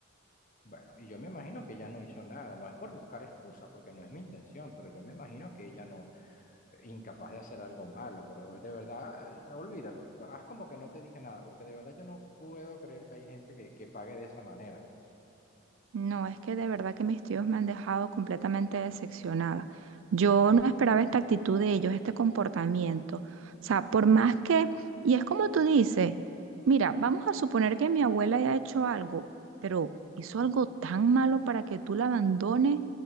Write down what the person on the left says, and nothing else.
Bueno, y yo me imagino que ella no hizo nada, no es por buscar excusas, porque no es mi intención, pero yo me imagino que ella no, incapaz de hacer algo malo, pero de verdad, eh, olvídalo. Haz como que no te dije nada, porque de verdad yo no puedo creer que hay gente que, que pague de esa manera. pues.